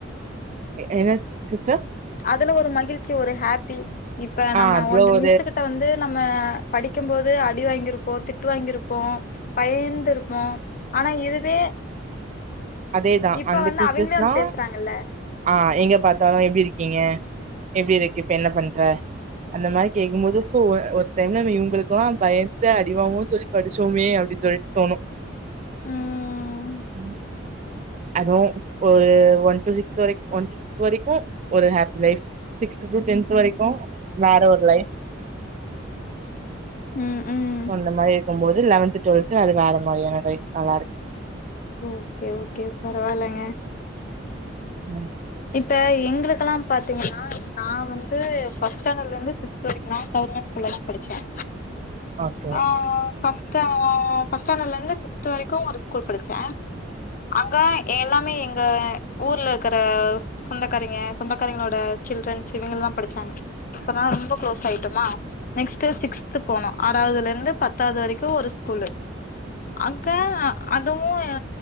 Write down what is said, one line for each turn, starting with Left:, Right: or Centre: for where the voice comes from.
Right: என்ன சிஸ்டர்
Left: அதுல ஒரு மகில்ச்சி ஒரு ஹாப்பி இப்ப
Right: ஆ
Left: நம்ம
Right: அதுல
Left: வொந்து
Right: ஒரு
Left: மிஸ்ஸு கிட்ட வந்து நம்ம படிக்கும் போது அடி வாங்கிருப்போ திட்டு வாங்கிருப்போ பயந் துருப்போ ஆனா இதுவே
Right: அதேதா
Left: இப்ப
Right: அந்த
Left: வந்து
Right: டீச்சர்ஸ்ல்லா
Left: அவிங்களே வந்து பேசுறாங்கல்ல
Right: ஆ எங்க பாத்தாலு எப்டி இருக் க்கீங்க எப்டி இருக்க இப்ப என்ன பண்ற அந்த மாரி கேக்கும்போது ஒரு டைம்ல நம்ம இவங்களுக்குல்லா பயந்து அடிவாங்குவோன் சொல்லி படிச்சோமே அப்டின்னு சொல்லிட்டு தோணு
Left: ம்
Right: உம் அதுவு ஒரு ஒன் டு சிக்ஸ்த் வரைக்கு ஒன் ஃப்த் வரைக்கு ஒரு happy life sixth to tenth வரைக்கு வேற ஒரு லைஃப்
Left: ம் ம்
Right: சொன்ன மாரி போகும் போது லெவன்த் டுவெல்து அது வேற மாரியான லைஃப் நல்லா இருக்கும்
Left: ஓகே ஓகே பரவாலங்க
Right: உம்
Left: இப்ப எங்களுக்குக்கல்லாம் பாத்தீங்கன்னா நான் வந்து பஸ்ட் ஸ்டாண்டர்ட் இருந்து ஃப்த் வரைக்கும் கவர்மெண்ட் ஸ்கூல்ல தான் படிச்சேன்
Right: ஓகே.
Left: ஆமா ஃபர்ஸ் ஃபர்ஸ்ட் ஸாண்டர்ட்ல இருந்து ஃப்த் வரைக்கும் ஒரு ஸ்கூல் படிச்சேன் அங்கே எல்லாமே எங்க ஊர்ல இருக்கிற சொந்தக்காரங்கய சொந்தக்காரங்களோட சில்றன்ஸ் இவங்கல்லாம் படிச்சாங்க க்லோஸ் ஆயிட்டமா நெக்ஸ்ட் சிக்ஸ்து போனோமா ஆறதுல இருந்து பத்தாவது வரைக்கும் ஒரு ஸ்கூலு அக்க அதுவும்